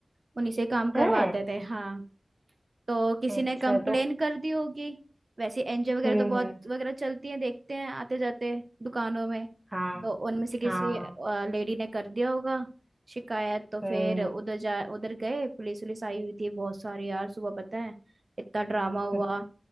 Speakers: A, on the right (about 50°); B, on the right (about 15°).
A: उन्हीं से काम करवाते
B: है
A: थे हाँ तो किसी
B: अच्छा
A: ने कंप्लेन
B: तो
A: कर दी होगी वैसे एनजीओ वगैरह
B: हम्म
A: तो बहुत
B: हम्म
A: वगैरह चलती हैं देखते हैं आते जाते दुकानों में
B: हाँ
A: तो उनमें से किसी
B: हाँ
A: लेडी ने कर दिया होगा शिकायत तो
B: हम्म
A: फिर उधर जा उधर गए पुलिस वुलिस आई हुई थी बहुत सारी यार सुबह पता है इतना ड्रामा हुआ
B: हम्म